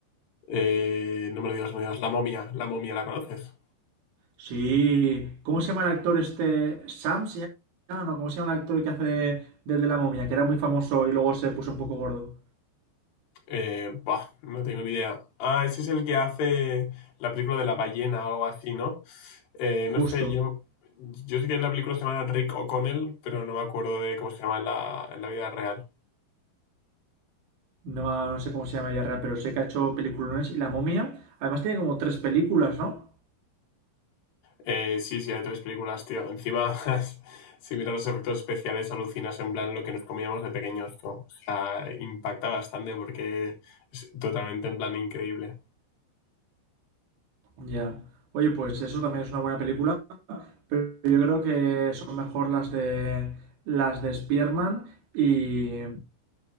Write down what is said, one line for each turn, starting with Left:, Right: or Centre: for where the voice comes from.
Left: Eh, no me lo digas, no me lo digas. La momia, la momia, ¿la conoces?
Right: Sí, ¿cómo se llama el actor este? ¿Sam se llama? No, ¿cómo se llama el actor que hace de, del de la momia? Que era muy famoso y luego se puso un poco gordo.
Left: Eh, buah, no tengo ni idea. Ah, ese es el que hace la película de la ballena o algo así, ¿no? Eh, no
Right: Justo.
Left: sé, yo, yo sé que en la película se llama Rick O'Connell, pero no me acuerdo de cómo se llama en la, en la vida real.
Right: No, no sé cómo se llama ya, real, pero sé que ha hecho peliculones y la momia. Además tiene como tres películas, ¿no?
Left: Eh, sí, sí, hay tres películas, tío. Encima, <laughs> si miras los efectos especiales, alucinas en plan lo que nos comíamos de pequeños, tú. O sea, impacta bastante porque es totalmente en plan increíble.
Right: Ya. Oye, pues eso también es una buena película, pero yo creo que son mejor las de las de Spearman y,